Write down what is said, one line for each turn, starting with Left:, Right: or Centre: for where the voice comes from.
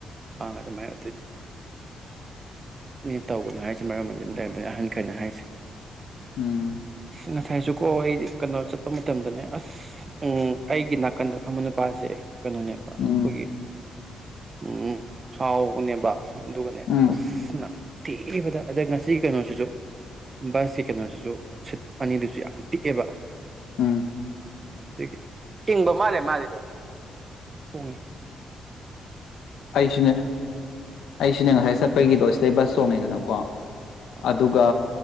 Right: ꯑꯥꯡ ꯑꯗꯨꯃꯥꯏꯅ ꯑꯣꯏꯇꯣꯏꯅꯤ ꯃꯤ ꯇꯧꯒꯅꯨ ꯍꯥꯏꯁꯦ ꯃꯔꯝꯗꯤꯝ ꯂꯩ ꯑꯗꯩ ꯑꯍꯟꯈꯩꯅ ꯍꯥꯏꯁꯦ
Left: ꯎꯝ
Right: ꯉꯁꯥꯏꯁꯨ ꯀꯣ ꯑꯩ ꯀꯩꯅꯣ ꯆꯠꯄ ꯃꯇꯝꯗꯅꯦ ꯑꯁ ꯎꯝ ꯑꯩꯒꯤ ꯅꯥꯀꯟꯗ ꯐꯝꯕ ꯅꯨꯄꯥꯁꯦ ꯀꯩꯅꯣꯅꯦꯕ ꯑꯩꯈꯣꯏꯒꯤ
Left: ꯎꯝ
Right: ꯎꯝ ꯍꯥꯎꯅꯦꯕ ꯑꯗꯨꯒꯗꯨꯒꯅꯦ
Left: ꯎꯝ
Right: ꯑꯁꯅ ꯊꯦꯕꯗ ꯑꯗ ꯉꯁꯤꯒꯤ ꯀꯩꯅꯣꯁꯤꯁꯨ ꯕꯁꯀꯤ ꯀꯩꯅꯣꯁꯤꯁꯨ ꯁꯤꯠ ꯑꯅꯤꯗꯨꯁꯨ ꯌꯥꯝ ꯄꯤꯛꯑꯦꯕ
Left: ꯑꯝ
Right: ꯑꯗꯨꯗꯒꯤ ꯏꯪꯕ ꯃꯥꯜꯂꯦ ꯃꯥꯜꯂꯤꯗꯣ ꯈꯣꯡꯉꯤ
Left: ꯑꯩꯁꯨꯅꯦ ꯑꯩꯁꯤꯅꯦ ꯉꯁꯥꯏ ꯆꯠꯄꯒꯤꯗꯣ ꯕꯁ ꯁꯣ ꯃꯗꯅ ꯀꯣ
Right: ꯑꯥ
Left: ꯑꯗꯨꯒ